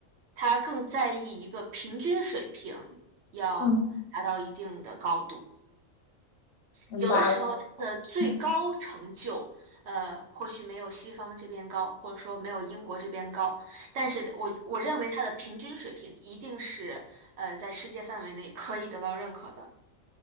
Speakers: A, on the right; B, on the left.
A: 他更在意一个平均水平要达到一定的高度。
B: 嗯，明白了。
A: 有的时候他的最高成就，
B: 嗯
A: 呃，或许没有西方这边高，或者说没有英国这边高，但是我我认为他的平均水平一定是呃在世界范围内可以得到认可的，